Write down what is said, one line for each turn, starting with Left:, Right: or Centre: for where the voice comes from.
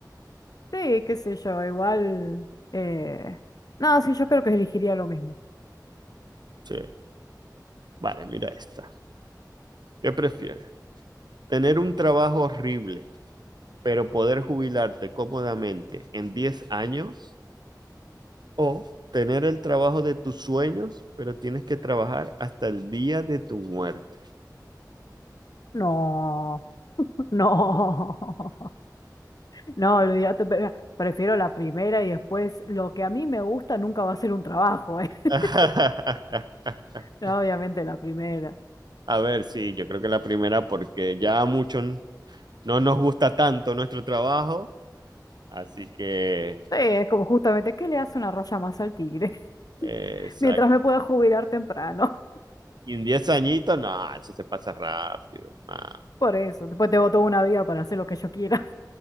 Left: Sí, qué sé yo, igual. Eh... No, sí, yo creo que elegiría lo mismo.
Right: Sí. Vale, mira esta. ¿Qué prefieres? ¿Tener un trabajo horrible, pero poder jubilarte cómodamente en 10 años? ¿O tener el trabajo de tus sueños, pero tienes que trabajar hasta el día de tu muerte?
Left: No, no, <laughs> no, olvídate, pe- prefiero la primera y después lo que a mí me gusta nunca va a ser un trabajo, ¿eh?
Right: <laughs>
Left: <laughs> No, obviamente la primera.
Right: A ver, sí, yo creo que la primera, porque ya a muchos no nos gusta tanto nuestro trabajo, así que...
Left: Sí, es como justamente, ¿qué le hace una raya más al tigre?
Right: eh,
Left: <laughs>
Right: Exacto.
Left: Mientras me pueda jubilar temprano.
Right: Y en 10 añitos, no, eso se pasa rápido. ah.
Left: <laughs> Por eso, después tengo toda una vida para hacer lo que yo quiera,